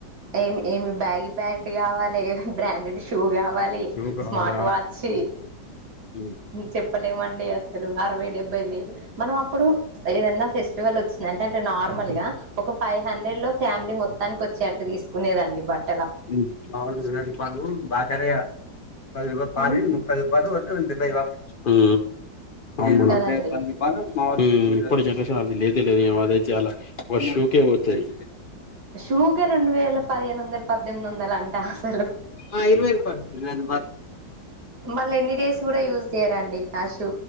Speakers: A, on the right; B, on the left.
A: ఏమి ఏమి బ్యాగి ప్యాంట్ కావాలి ఏమి బ్రాండెడ్ షూ కావాలి
B: శుప్ రాద
A: స్మార్ట్ వాచ్
B: ఉ
A: చెప్పలేమండి అసలు అరవై డెబ్బై వేలు మనం అప్పుడు ఏదన్నా ఫెస్ ఎవల్ ఒచ్ అంటంటే నార్ నార్మల్ గా ఒక ఫైవ్ హండ్రెడ్ లో ఫ్యామిలీ మొత్తానికి వచ్చేటట్టు తీసుకునేదండి బట్
B: ఉ మా వొళ్ళు ఇరవై రూపాలు బాకాట గా పది రూపాలు పారి
A: ఉమ్
B: ముప్పైదు బాలు వద్దు డెబై వాపస్ ఇచ్ ఊ అవునా
A: కదండి
B: ఇదే పని ఇప్పుడు జనరేషన్ అది లేది లేదు అది అయితే అలా వ షూకే పోతది
A: షూ కె రెండు వేల పదిహేను వందలు పద్దెనిమిది వందలు అంట అసలు
B: ఆ ఇరువై రూపాయల్
A: మళ్ళీ ఎన్ని డేస్ కూడా యూజ్ చేయరాండి ఆ షూ